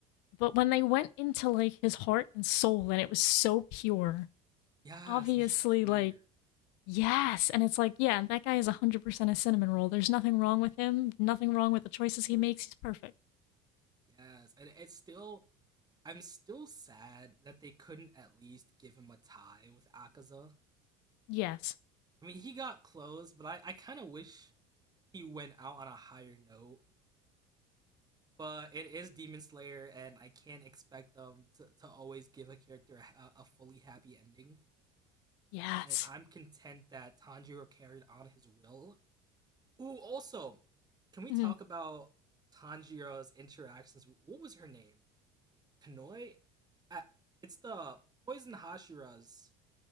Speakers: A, on the left; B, on the right.
A: But when they went into like his heart and soul and it was so pure.
B: <laughs> yes,
A: Obviously
B: it was just clear.
A: like yes, and it's like yeah, that guy is 100% a cinnamon roll. There's nothing wrong with him. Nothing wrong with the choices he makes. He's perfect.
B: Yes, and it's still. I'm still sad that they couldn't at least give him a tie with Akaza.
A: Yes.
B: I mean, he got close, but I, I kind of wish he went out on a higher note but it is Demon Slayer, and I can't expect them to, to always give a character a, a fully happy ending.
A: Yes.
B: And I'm content that Tanjiro carried on his will. Ooh, also, can we
A: hmm
B: talk about Tanjiro's interactions? with- What was her name? Kanoi? Uh, it's the Poison Hashira's